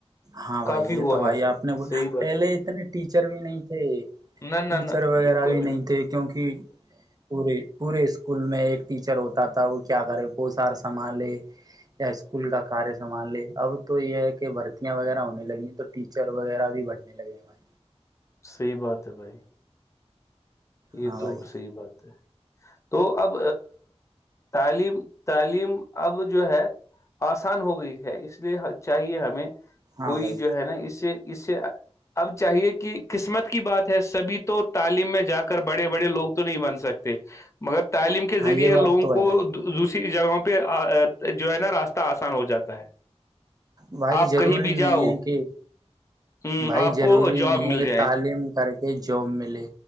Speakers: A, on the right (about 35°); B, on the left (about 25°).
A: ہاں بھائی
B: کافی
A: یہ
B: ہوا
A: تو بھائی
B: ہے
A: آپ نے بلا
B: صحیح بات
A: پہلے اتنے ٹیچر بھی نہیں جی
B: ہے نہ نہ
A: ٹیچر
B: نہ
A: وغیرہ
B: بالکل
A: بھی نہیں تھے کیونکہ پورے پورے اسکول میں ایک ٹیچر ہوتا تھا وہ کیا کرے پوسار سنھال لے یا اسکول کا کاریہ سنبھال لے اب تو یہ ہے کہ بھرتیاں وغیرہ ہونے لگی ہیں تو ٹیچر وغیرہ بھی بڑھنے لگے ہیں بھائی
B: صحیح بات ہے بھائی
A: ہاں
B: یہ تو
A: بھائی
B: صحی بات ہے تو اب تعلیم تعلیم اب جو ہے آسان ہو گئی ہے اس لیے چاہیے ہمیں
A: ہاں
B: کوئی
A: بھائی
B: جو ہے نا اسے اس سے اب چاہیے کہ قسمت کی بات ہے سبھی تو تعلیم میں جا کر بڑے بڑے لوگ تو نہیں بن سکتے مگر تعلیم کے
A: ہاں
B: ذریعے
A: یہ
B: لوگوں
A: بات تو ہے
B: کو
A: بھائی
B: کسی جگہوں پہ جو ہے نا راستہ آسان ہو جاتا ہے
A: بھائی
B: آپ
A: ضروری
B: کہیں بھی
A: نہیں
B: جاؤ
A: ہے کہ
B: ہوں،
A: بھائی
B: آپ
A: ضروری
B: کو جاب
A: نہیں
B: مل
A: ہے
B: جائے
A: کہ تعلیم کر کے جاب ملے